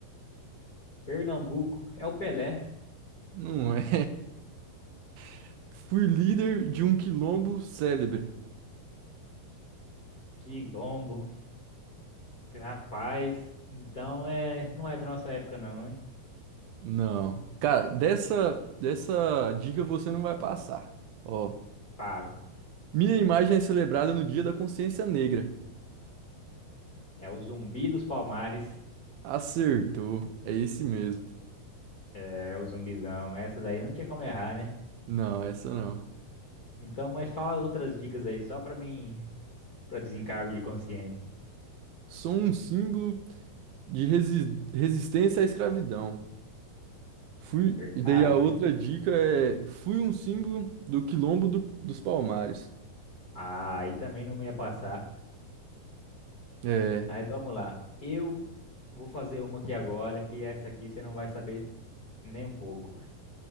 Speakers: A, on the left; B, on the right.
A: Pernambuco é o Pelé.
B: Não é. <laughs> Fui líder de um quilombo célebre.
A: Quilombo. Rapaz. Então é, não é da nossa época não, hein?
B: Não. Cara, dessa, dessa dica você não vai passar. Ó.
A: Fala.
B: Minha imagem é celebrada no Dia da Consciência Negra.
A: É o Zumbi dos Palmares.
B: Acertou. É esse mesmo.
A: É o zumbizão. Essa daí não tinha como errar, né?
B: Não, essa não.
A: Então, mas fala as outras dicas aí só pra mim, pra desencargo de consciência.
B: Sou um símbolo de resi- resistência à escravidão. Fui.
A: Verdade.
B: E daí a outra dica é: fui um símbolo do quilombo do- dos Palmares.
A: Ah, aí também não ia passar.
B: É,
A: Mas vamos lá. Eu vou fazer uma aqui agora, que essa aqui você não vai saber nem um pouco.